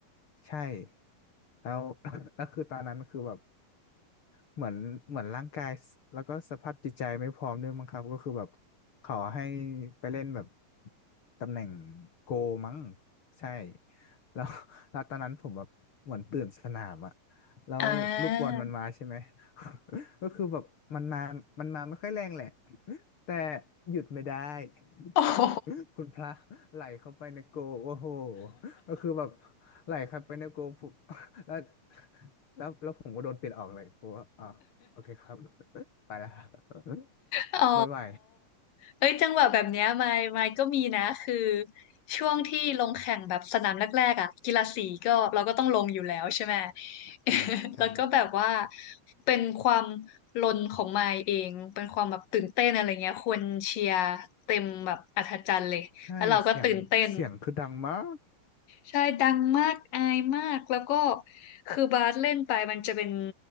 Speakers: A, on the left; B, on the left.
A: ใช่แล้ว <coughs> <laughs> แล้วคือตอนนั้นคือแบบเหมือนเหมือนร่างกายแล้วก็สภาพจิตใจไม่พร้อมด้วยมั้งครับก็คือแบบขอให้ไปเล่นแบบตำแหน่งโกมั้งใช่แล้ว <laughs> แล้วตอนนั้นผมแบบเหมือนตื่นสนามอะ แล้วลูกบอลมันมาใช่ไหม
B: อ่า
A: <laughs> ก็คือแบบมันมามันมาไม่ค่อยแรงแหละ <laughs> แต่หยุดไม่ได้
B: โอ้โห
A: <laughs> คุณพระไหลเข้าไปในโกลโอ้โหก็คือแบบไหลเข้าไปในโกล <laughs> ปุ๊บ <laughs> แล้วแล้วแล้วผมก็โดนเปลี่ยนออกเลยผมว่าอ๋อโอเคครับ <laughs> ไปแล้ว
B: อ๋อ
A: <laughs> ไม่ไหว
B: เอ้ยจังหวะแบบเนี้ยมายมายก็มีนะคือช่วงที่ลงแข่งแบบสนามแรกๆอ่ะกีฬาสีก็เราก็ต้องลงอยู่แล้วใช่ไหม <laughs>
A: อืมใช่
B: แล้วก็แบบว่าเป็นความลนของมายเองเป็นความแบบตื่นเต้นอะไรเงี้ยคนเชียร์เต็มแบบอัศจรรย์เลยแล้วเราก็ตื่นเต้น
A: ใช่เสียงเสียงคือดังมาก
B: ใช่ดังมากอายมากแล้วก็คือบาสเล่นไปมันจะเป็น